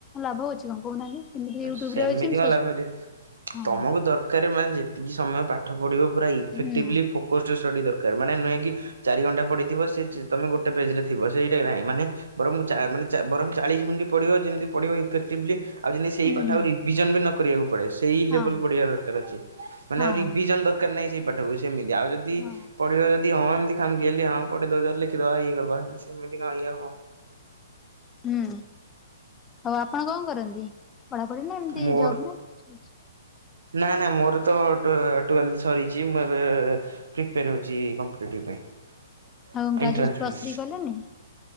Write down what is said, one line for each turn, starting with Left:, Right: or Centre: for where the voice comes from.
Left: ଲାଭ ଅଛି କଣ କହୁନାହାନ୍ତି। ଏମିତି ୟୁଟ୍ୟୁବ
Right: ସେମିତି
Left: ରେ ଅଛି ମୁଁ
Right: କଣ
Left: ସର୍ଚ୍ଚ
Right: ଲାଭଅଛି
Left: ହଁ
Right: ତମକୁ ଦର୍ କାର ମାନେ ଯେତିକି ସମୟ ପାଠ ପଢ଼ିବ, ପୁରା ଇଫେକ୍ଟିଭଲି
Left: ହୁଁ
Right: ଫୋକସ୍ଡ ଷ୍ଟଡ଼ି ଦରକାର ମାନେ ନୁହେଁ କି ଚାରି ଘଣ୍ଟା ପଢିଥିବ ସେ ତମେ ଗୋଟେ ପେଜରେ ଥିବ ସେଇଟାହିଁ ମାନେ ବରଂ ଚା ବରଂ ଚାଳିଶ ମିନିଟ୍ ପଢିବ ଯେମିତି ପଢିବ ଇଫେକ୍ଟିଭଲି ଆଉ ଯେମି ସେଇ
Left: ହୁଁ ହୁଁ
Right: ପାଠ ଆଉ ରିଭିଜନବି ନକରିବାକୁ ପଡ଼େ ସେଇ
Left: ହଁ
Right: ଲେବଲ୍ ପଢିବା ଦରକାର ଅଛି ମାନେ
Left: ହଁ
Right: ଆଉ ରିଭିଜନ ଦର କାର ନାହିଁ ସେଇ ପାଠକୁ, ସେମିତି ଆଉ ଯଦି
Left: ହଁ
Right: ପଢିବ ଯଦି ହଁ ଏମିତି ଖାମଖିଆଲି ହଁ ପଢ଼ିଉଦଚ ଲେଖି ଦବା ଇଏ କରିଦେବା ସେମିତି କଣ ଇଏ ହବ।
Left: ହୁଁ ଆଉ ଆପଣ କଣ କରନ୍ତି, ପଢାପଢି ନା ଏମିତି
Right: ମୋର
Left: ଜବନା ଅଲଗା କିଛି?
Right: ନା ନା ମୋରତ ଟୁଏଲ ତୁଏଲ୍ଥ ସରିଚି ମୁଁ ଏବେ ପ୍ରିପାର ହେଉଚି କମ୍ପିଟେଟିଭ ପାଇଁ
Left: ଆଉ ଗ୍ରାଜୁ
Right: ଏଣ୍ଟ୍ରାନ୍ସ
Left: ପ୍ଲସ୍
Right: ପାଇଁ।
Left: ଥ୍ରୀ କଲେନି?